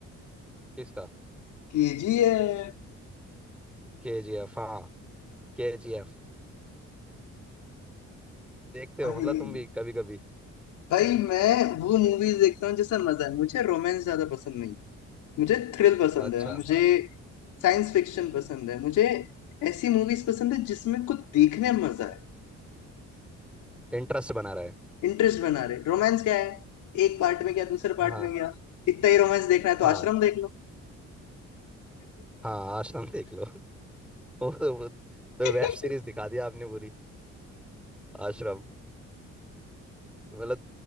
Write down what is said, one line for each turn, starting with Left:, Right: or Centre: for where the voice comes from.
Centre: किसका
Left: केजीएफ
Centre: के जी एफ हाँ केजीएफ देखते
Left: भाई
Centre: हो मतलब तुम भी कभी कभी
Left: भाई मैं वो मूवीज देखता हूँ जिसमें मजा है मुझे रोमांस ज्यादा पसंद नहीं मुझे थ्रिल पसंद
Centre: अच्छा
Left: है मुझे साइंस फिक्शन पसंद है मुझे ऐसी मूवीज पसंद है जिसमें कुछ देखने में मजा है
Centre: इंटरेस्ट बना रहा है
Left: इंटरेस्ट बना रहे रोमांस क्या है एक पार्ट में गया दूसरे
Centre: हाँ
Left: पार्ट में गया इतना ही रोमांस देखना है तो
Centre: हाँ
Left: आश्रम देख लो
Centre: हाँ आश्रम देख लो <laughs> वो तो वो- तो
Left: <laughs>
Centre: वेब सीरीज दिखा दिया आपने पूरी आश्रम मतलब